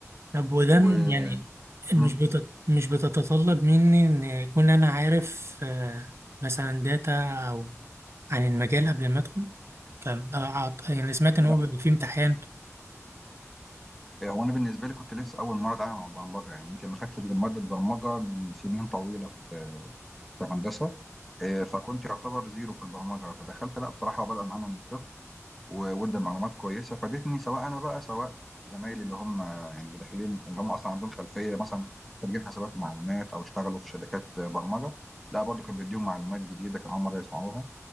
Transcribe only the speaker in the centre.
و
مم.
لا
هو انا بالنسبه لي كنت لسه اول مره اتعامل مع البرمجه يعني يمكن ما خدتش غير ماده برمجه من سنين طويله في في هندسه آه، فكنت يعتبر زيرو في البرمجه فدخلت لا بصراحه وبدأ معانا من الصفر وودي معلومات كويسه فادتني سواء انا بقى سواء زمايلي اللي هم آه، يعني داخلين اللي هم اصلا عندهم خلفيه مثلا خريجين حسابات ومعلومات او اشتغلوا في شركات آه، برمجه لا برضو كان بيديهم معلومات جديده كان اول مره يسمعوها